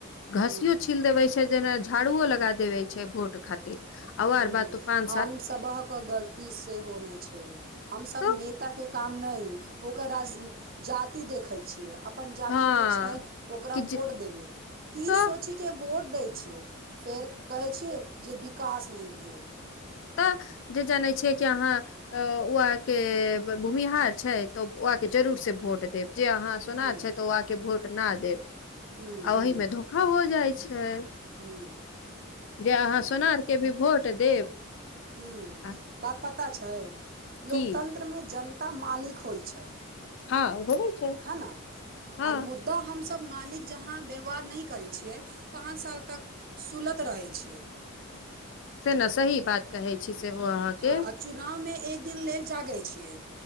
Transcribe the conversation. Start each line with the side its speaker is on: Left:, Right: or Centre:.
Right: हूँ
Left: घसियो छील देबे छै जेना झाड़ूओ लगा देबे छै भोट खातिर
Right: हुँ,
Left: आर बात तुफान
Right: हम सभह के गलती से हो नहि छै हमस
Left: तो
Right: नेता के काम नइ ओकर राज जाति देखै छियै अपन जाति
Left: हँ
Right: के छै ओकरा
Left: कि जे
Right: भोट देबै ई
Left: तऽ
Right: सोचि के व वोट दै छियै फेर कहै छियै जे विकास नहि भेल
Left: तऽ जे जानै छियै कि अहाँ ओ आहके भूमिहार छै तऽ ओ आके
Right: हुँ,
Left: जरूर से भोट देब जे अहाँ सोनार
Right: हुँ,
Left: छै तऽ ओ आके भोट ना देब
Right: हुँ,
Left: आ
Right: हुँ,
Left: ओहिमे धोखा हो जाइ छै छै
Right: हुँ,
Left: जे अहाँ सोनार के भी भोट देब
Right: ह्म
Left: आ
Right: बात पता छै
Left: की
Right: लोकतन्त्र मे जनता मालिक होइ छै ह
Left: हँ होबै छै
Right: हन आ
Left: हँ
Right: मूदा हमसब मालिक जहाँ व्यवहार नहि करै छियै पाँच साल तक सुलत रहै छियै
Left: से न सही बात कहै छी सेहो अहाँके
Right: हँ आ चुनाव मे एक दिन लेल जागैत छियै